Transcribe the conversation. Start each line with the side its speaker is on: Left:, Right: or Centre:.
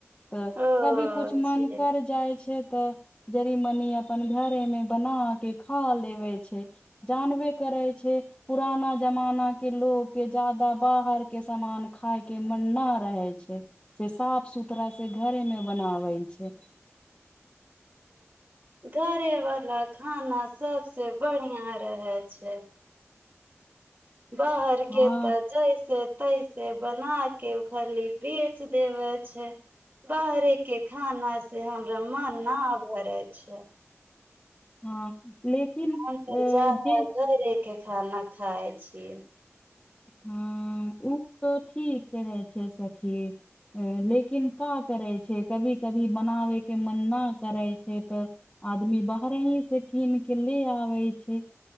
Left: तऽ
Right: ओ
Left: कभी कुछु मन
Right: जे
Left: कर जाइ छै तऽ जड़ीमनी अपन घरे मे बना के खा लेबे छै। जानबे करै छै पुराना जमाना के लोक के जाादा बाहर के सामान खाय के मन नहि रहै छै से साफ सुथराा सँ घरे मे बनाबै छै।
Right: त घरेवाला खाना सबसे बढ़िआ रहै छै। बाहर के
Left: हँ
Right: तऽ जैसे तैसे बना के खाली बेच देव छै बाहरे के खाना से हमरा मन ना भरे छै
Left: हँ लेकिन अ
Right: अंतर ज्यादा
Left: जे
Right: <unintelligible> के खाना खाइ छियै
Left: हँ ओ तऽ ठीक कहै छै सखी लेकिन का करै छै कभी कभी बनाबै के मन ना करै छै तऽ आदमी बाहरे हीं से कीन कऽ ले आबै छै